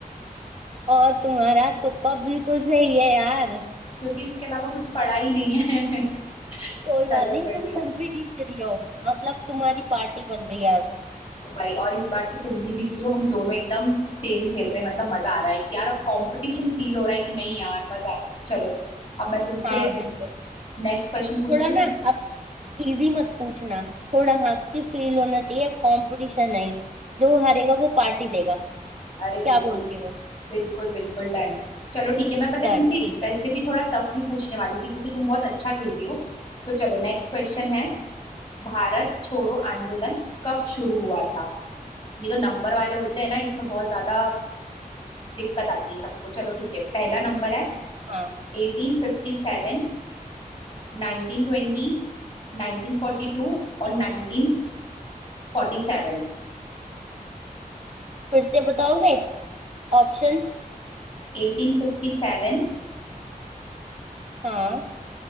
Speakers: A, on the right (about 55°); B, on the left (about 30°).
A: और तुम्हारा तुक्का बिल्कुल सही है यार
B: क्योंकि इसके अलावा कुछ पढ़ा ही नहीं है <laughs>
A: कोई
B: चलो
A: बात नहीं
B: बढ़िया
A: तुम फिर भी जीत रही हो मतलब तुम्हारी पार्टी बन रही है अब
B: भाई और इस बार तो तुम भी जीत रही हो हम दोनों एकदम सेम खेल रहे हैं मतलब मजा आ रहा है कि यार अब कंपटीशन फील हो रहा है कि नहीं यार मजा आ रहा है चलो अब मैं तुमसे
A: हाँ बिल्कुल
B: नेक्स्ट क्वेश्चन पूछती
A: थोड़ा ना
B: हूँ
A: अब इजी मत पूछना थोड़ा हक की फील होना चाहिए अब कंपटीशन नहीं जो हारेगा वो पार्टी देगा
B: अरे
A: क्या
B: बिल्कुल
A: बोलती हो
B: बिल्कुल बिल्कुल डन चलो ठीक है मैं पता है
A: डन
B: तुमसे
A: ठीक है
B: ऐसे भी थोड़ा टफ भी पूछने वाली थी क्योंकि तुम बहुत अच्छा खेल रही हो तो चलो नेक्स्ट क्वेश्चन है भारत छोड़ो आंदोलन कब शुरू हुआ था ये जो नंबर वाले होते हैं ना इसमें बहुत ज्यादा दिक्कत आती है सबको चलो ठीक है पहला नंबर है 1857,
A: हाँ
B: 1920, 1942 और 1947
A: फिर से बताओगे ऑप्शंस
B: 1857,
A: हाँ